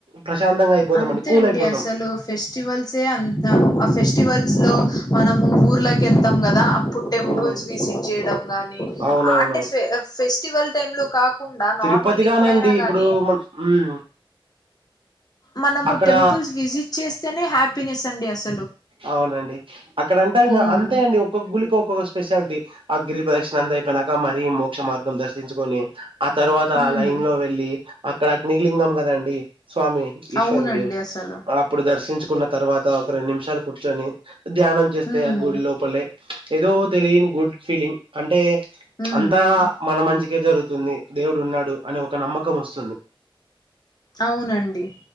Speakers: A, on the right (about 70°); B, on the left (about 45°).
A: ప్రశాంతంగా అయిపోతాం
B: అంతే
A: కూల్
B: అండి
A: అయిపోతాం
B: అసలు ఫెస్టివల్సే అంత ఆ ఫెస్టివల్ స్లో మనము ఊర్ల కెళ్తాం గదా ఇప్పుడు టెంపుల్స్
A: ఉమ్,
B: విజిట్ చేయడం గానీ
A: అవునవును
B: అంటే ఫెస్టివల్ టైం లో కాకుండా
A: తిరుపతిగానండి
B: నార్మల్ ఎప్పుడైనా గానీ
A: ఇప్పుడు మన ఉమ్,
B: మనము
A: అక్కడ
B: టెంపుల్స్ విజిట్ చేస్తేనే హ్యాపీనెస్ అండి అసలు
A: అవునండి అక్కడ అంటా
B: ఉమ్
A: అంతే అండి ఒక్కొక్క గుడికి ఒక్కొక్క స్పెషాలిటీ అ గిరి ప్రదర్శన అంతా అయిపోయినాక మరీ మోక్ష మార్గం దర్శించుకొని ఆ తర్వాత
B: ఉమ్
A: లైన్ లో వెళ్ళి అక్కడ అగ్నిలింగం కదండి స్వామి ఈశ్వరుడు
B: అవునండి అసలు
A: అప్పుడు దర్శించుకున్న తర్వాత ఒక రెండు నిమిషాలు కూర్చొని ధ్యానం చేస్తే
B: ఉమ్
A: ఆ గుడి లోపలే ఏదో తెలియని గుడ్ ఫీలింగ్ అంటే
B: ఉమ్
A: అంతా
B: ఉమ్
A: మన మంచికే జరుగుతుంది దేవుడు ఉన్నాడు అని ఒక నమ్మకం వస్తుంది
B: అవునండి